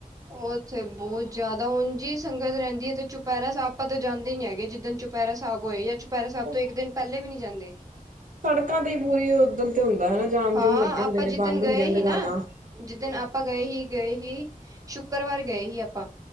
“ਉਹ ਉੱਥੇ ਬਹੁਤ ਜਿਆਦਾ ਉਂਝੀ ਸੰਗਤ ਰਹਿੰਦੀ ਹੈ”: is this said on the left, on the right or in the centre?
Right